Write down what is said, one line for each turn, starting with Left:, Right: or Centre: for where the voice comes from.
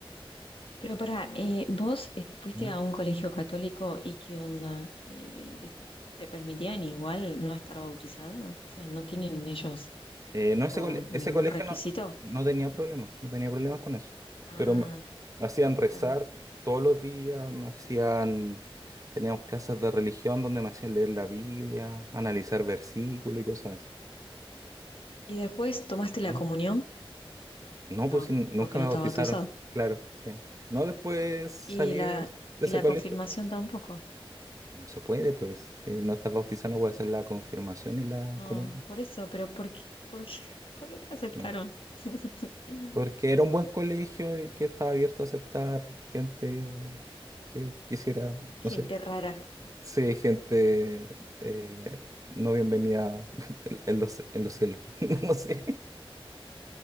Left: Pero pará, eh, vos est- fuiste
Right: ¿Mm?
Left: a un colegio católico y qué onda, Eh, ¿te permitían igual no estar bautizado? O sea, ¿no tienen ellos
Right: Eh,
Left: tipo
Right: no, ese, cole- ese
Left: ningún
Right: colegio
Left: requisito?
Right: no, no tenía problemas, no tenía problemas con eso.
Left: Ah,
Right: Pero me, me hacían rezar
Left: ah.
Right: todos los días, me hacían, teníamos clases de religión donde me hacían leer la Biblia, analizar versículos y cosas así.
Left: ¿Y después tomaste la
Right: Mm.
Left: comunión?
Right: No,
Left: No,
Right: pues sí, nunca
Left: porque no
Right: me
Left: estaba
Right: bautizaron,
Left: bautizado.
Right: claro, sí. No, después salí
Left: ¿Y la,
Right: de, de
Left: y
Right: ese
Left: la
Right: colegio.
Left: confirmación tampoco?
Right: No se puede, pues, si no estás bautizado no puedes hacer la confirmación y la
Left: No,
Right: comunión.
Left: por eso, pero ¿por qué, por qué, por qué te aceptaron?
Right: Sí.
Left: <laughs>
Right: Porque era un buen colegio y que estaba abierto a aceptar gente que quisiera, no
Left: Gente
Right: sé,
Left: rara.
Right: sí, gente eh, no bienvenida <laughs> en en los, en los cielos. <laughs> No sé.